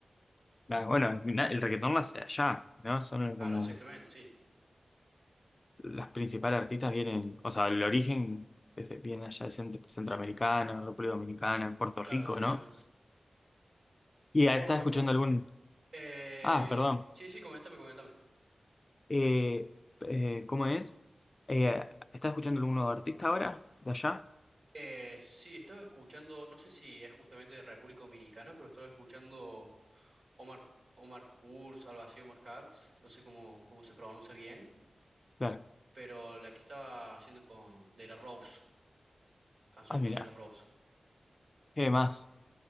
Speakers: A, on the left (about 35°); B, on the right (about 70°).
A: Ah, Bueno, na- el reggaetón nace allá, ¿no? Son
B: Claro,
A: como
B: exactamente, sí.
A: las principales artistas vienen, o sea, el origen desde, viene allá de Centro- Centroamericana, República Dominicana, Puerto
B: Claro,
A: Rico,
B: exactamente.
A: ¿no? Y ah,
B: Bueno,
A: estás
B: Facu,
A: escuchando algún,
B: eh,
A: ah, perdón,
B: sí, sí, coméntame, coméntame.
A: eh, eh, ¿cómo es? Eh, ¿estás escuchando algún nuevo artista ahora, de allá?
B: Eh, sí, estaba escuchando, no sé si es justamente de República Dominicana, pero estaba escuchando Omar, Omar Kurz, algo así, Omar Kurz, no sé cómo, cómo se pronuncia bien.
A: Claro.
B: pero la que estaba haciendo con De La Rose, canciones
A: Ah, mira,
B: con De La Rose.
A: ¿qué más?